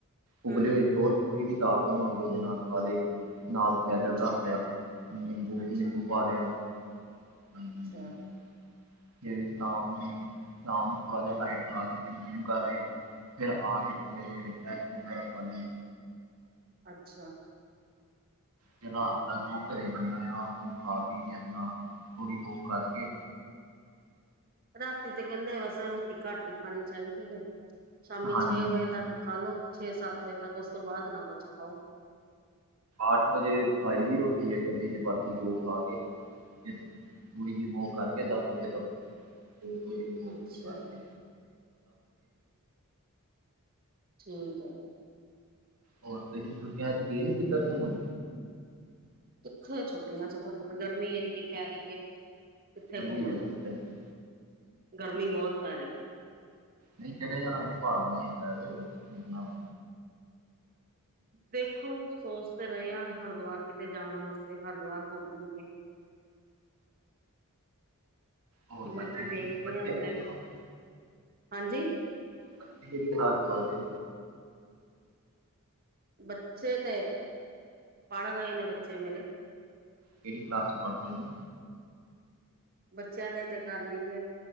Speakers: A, on the right (about 85°); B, on the right (about 40°).
A: ਉਬਲੇ
B: ਹਮ
A: ਹੋਏ ਚੌਲ ਕੋਈ ਵੀ ਦਾਲ ਬਣਵਾ ਕੇ, ਉਹਦੇ ਨਾਲ ਖਾ ਲੈ। ਨਾਲ ਸੈਲਡ
B: ਅੱਛਾ
A: ਰੱਖ ਲਿਆ। ਨਿੰਬੂ-ਨਿੰਬੂ
B: ਅੱਛਾ
A: ਪਾ ਲਿਆ। ਹਾਂਜੀ
B: ਅੱਛਾ
A: ਹਾਂਜੀ। ਫਿਰ ਸ਼ਾਮ ਨੂੰ ਸ਼ਾਮ ਨੂੰ ਥੋੜਾ ਜਹਾ ਲਾਈਟ ਖਾ ਕੇ ਫਿਰ ਜਿਮ ਕਰ ਰਹੇ। ਫਿਰ ਆ ਕੇ ਮੇਰੇ ਲਿਏ, ਐੱਗ ਵਗੈਰਾ ਖਾ ਲਿਏ।
B: ਅੱਛਾ
A: ਫਿਰ ਰਾਤ ਦਾ ਜੋ ਘਰੇ ਬਣਿਆਂ ਹੋਇਆ। ਉਹ ਖਾ- ਪੀ ਕੇ ਆਪਣਾ ਥੋੜੀ ਬਹੁ ਕਰਕੇੰ
B: ਰਾਤੀ ਤੇ ਕਹਿੰਦੇ, ਬਸ ਰੋਟੀ ਘੱਟ ਹੀ ਖਾਣੀ ਚਾਹੀਦੀ ਐ। ਸ਼ਾਮੀ
A: ਹਾਂਜੀ
B: ਛੇ
A: ਹਾਂਜੀ।
B: ਵਜੇ ਤੱਕ ਖਾ ਲੋ। ਛੇ-ਸੱਤ ਵਜੇ ਤੱਕ। ਉਸ ਤੋਂ ਬਾਅਦ ਨਾ ਕੁਛ ਖਾਓ।
A: ਅੱਠ ਵਜੇ ਖਾਈ ਦੀ ਰੋਟੀ, ਇੱਕ-ਅੱਧੀ ਚਪਾਤੀ ਦੋ ਖਾ ਕੇ ਫਿਰ ਥੋੜੀ ਜੀ ਵੋਕ ਕਰਕੇ, ਦਸ ਵਜੇ ਤੱਕ ਫਿਰ ਥੋੜੀ ਵੋਕ
B: ਅੱਛਾ
A: ਕਰਕੇ
B: ਠੀਕ ਹੈ ਜੀ।
A: ਹੋਰ ਤੇ ਛੁੱਟੀਆਂ ਚ ਗੇ ਨੀ ਕਿੱਧਰ ਘੁੰਮਣ?
B: ਕਿੱਥੇ ਛੁੱਟੀਆਂ ਚ ਘੁੰਮਣ, ਗਰਮੀ ਇੰਨੀ ਪੈ ਰਹੀ ਐ। ਕਿੱਥੇ
A: ਗਰਮੀ
B: ਘੁੰਮਣਾ।
A: ਤੇ ਬਹੁਤ ਹੈ ਜੀ
B: ਗਰਮੀ ਬਹੁਤ ਪੈ ਰਹੀ ਐ।
A: ਨੀ ਚਲੇ ਜਾਣਾ ਸੀ। ਪਹਾੜਾ ਦੀ‌ ਸੈ਼ਰ ਕਿਸ ਨਾਲ।
B: ਦੇਖੋ, ਸੋਚ ਸੋਚ ਰਹੇ ਹ ਹਰਿਦੁਆਰ ਕਿਤੇ ਜਾਣ ਵਾਸਤੇ। ਹਰਿਦੁਆਰ ਘੁੰਮ ਆਈਏ।
A: ਹੋਰ
B: ਬਾਕੀ
A: ਬੱਚੇ ਜੀ,
B: ਦੇਖਦੇ
A: ਬੱਚੇ
B: ਹਾਂ
A: ਕਿਹੜੀ ਕਲਾਸ
B: ਹਾਂਜੀ
A: ਬੱਚੇ ਕਿਹੜੀ ਕਲਾਸ ਚ ਪੜਦੇ ਐ।
B: ਬੱਚੇ ਤੇ, ਪੜ ਰਹੇ ਨੇ ਬੱਚੇ ਮੇਰੇ
A: ਕਿਹੜੀ ਕਲਾਸ ਚ ਪਾੜਦੇ ਨੇ?
B: ਬੱਚਿਆਂ ਨੇ ਤੇ ਕਰ ਲਈਏ